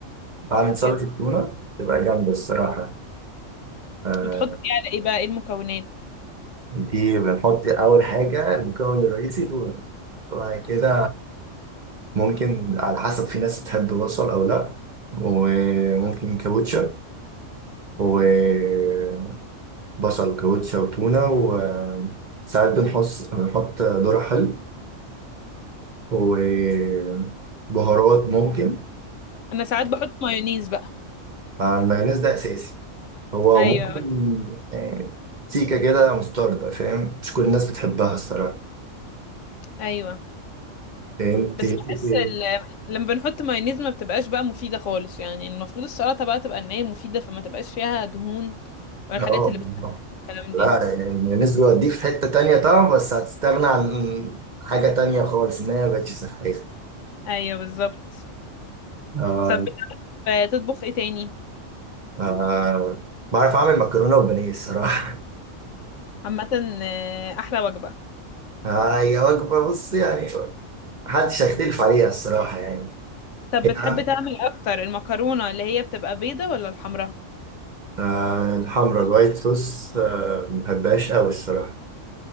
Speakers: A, on the right; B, on the left.
A: بعمل سلطه
B: كده
A: التونه تبقى جامده الصراحه آه
B: بتحط ايه على ايه بقى ايه المكونات
A: دي بنحط اول حاجه المكون الرئيسي تونه وبعد كده ممكن على حسب في ناس بتحب بصل او لا وممكن كابوتشا وبصل وكابوتشا وتونه وساعات بنحط بنحط ذرة حلو وبهارات ممكن
B: انا ساعات بحط مايونيز بقى
A: والمايونيز ده اساسي هو
B: ايوه
A: ممكن آه، سيكه كده مستردة فاهم مش كل الناس بتحبها الصراحه
B: ايوه
A: انت
B: بس
A: كده-
B: بحس ال- لما بنحط مايونيز ما بتبقاش بقى مفيده خالص يعني المفروض السلطه بقى تبقى ان هي مفيده فما تبقاش فيها دهون ولا الحاجات
A: اه
B: اللي بتتعمل الكلام دي
A: لا يعني المايونيز بيوديك في حته تانية طبعا بس هتستغنى عن حاجه تانية خالص ان هي مبقتش صحيه
B: ايوه بالظبط
A: آه
B: طب بتعرف تطبخ ايه تاني
A: آه بعرف اعمل مكرونه وبانيه الصراحه
B: عامه آه، احلى وجبه
A: <laughs> هي وجبه بص يعني محدش هيختلف عليها الصراحه يعني
B: طب
A: يعني
B: بتحب تعمل اكتر المكرونه اللي هي بتبقى بيضه ولا الحمراء
A: آه، الحمرا الوايت صوص آه، ما بحبهاش قوي الصراحة